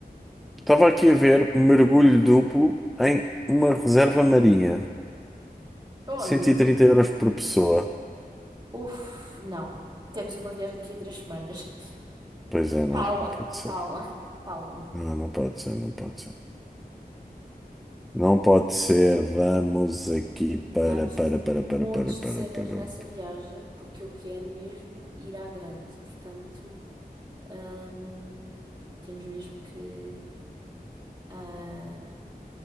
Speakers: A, in the centre; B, on the right (about 30°).
A: estava aqui a ver mergulho duplo em uma reserva marinha.
B: Onde?
A: Cento e trinta euros por pessoa.
B: Uf, não. Temos uma viagem daqui a três semanas.
A: Pois
B: <laughs>
A: é, não,
B: Calma,
A: não pode ser.
B: calma, calma.
A: Não, não pode ser, não pode ser. Não pode ser. Vamos aqui
B: E
A: para,
B: vamos
A: para,
B: fazer montes
A: para, para, para, para,
B: de cenas
A: para.
B: nessa viagem, porque eu quero mesmo ir à grande. Portanto, hum, temos mesmo que ah,